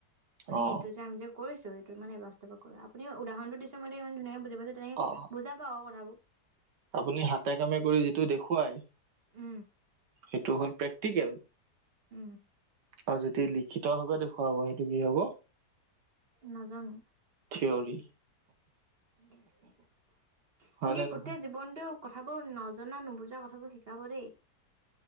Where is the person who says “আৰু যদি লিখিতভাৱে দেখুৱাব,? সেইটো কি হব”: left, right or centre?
Right